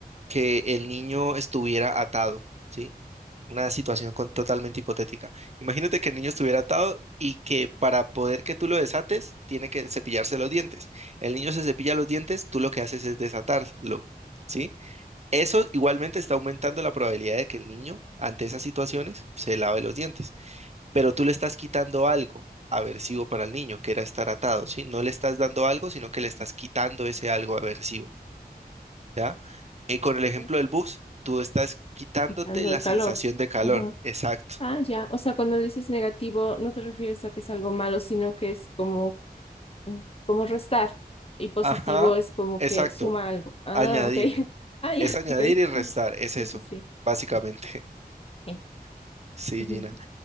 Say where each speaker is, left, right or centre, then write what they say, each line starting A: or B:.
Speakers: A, on the right (about 45°); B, on the left (about 35°).
A: que el niño estuviera atado, ¿sí? Una situación con- totalmente hipotética. Imagínate que el niño estuviera atado y que para poder que tú lo desates, tiene que cepillarse los dientes. El niño se cepilla los dientes, tú lo que haces es desatarlo, ¿sí? Eso igualmente está aumentando la probabilidad de que el niño, ante esas situaciones, se lave los dientes. Pero tú le estás quitando algo aversivo para el niño, que era estar atado, ¿sí? No le estás dando algo, sino que le estás quitando ese algo aversivo, ¿ya? Eh, con el ejemplo
B: ok.
A: del bus, tú estás quitándote
B: Quitando
A: la
B: el
A: sensación
B: calor.
A: de calor.
B: Ujú.
A: Exacto.
B: Ah, ya. O sea, cuando dices negativo, no te refieres a que es algo malo, sino que es como mm, como restar y positivo
A: Ajá,
B: es como
A: exacto.
B: que suma algo. Ah,
A: Añadir.
B: ok. <laughs> Ah, ya,
A: Es añadir
B: ok.
A: y restar. Es
B: Sí,
A: eso,
B: sí, sí.
A: básicamente.
B: Ay, ok.
A: <laughs> Sí,
B: <laughs>
A: Gina.